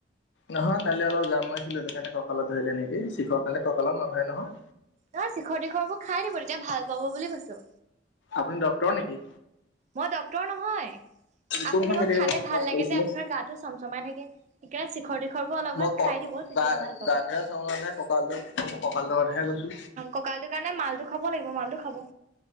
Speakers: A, on the left; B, on the right.
A: নহয় কালি অলপ যাম মাৰছিলো, সেইটো কাৰণে কঁকালত ধৰিলে নেকি, শিখৰ খালে কঁকালত নধৰে নহয়।
B: নহয়, শিখৰ তিখৰবোৰ খাই দিব, তেতিয়া ভাল পাব বুলি কৈছো।
A: আপোনি ডক্টৰ নেকি?
B: মই ডক্ট্ৰৰ নহয়,
A: কোনখন
B: আপুনি আকৌ
A: মেডিকেল
B: খালে ভাল
A: পাছ
B: লাগে
A: কৰিছিলে?
B: যে, আপোনাৰ গাটো চমচমাই থাকে। সেইকাৰণে শিখৰ তিখৰবোৰ অলপমান
A: মই ক
B: খাই দিব তেতিয়া
A: গা-গাতোহে,
B: ভাল পাব
A: <unintelligible> কঁকালটো মই কঁকালটো কথাহে কৈছো।
B: কঁকালটো কাৰণে মালটো খাব লাগিব, মালটো খাব।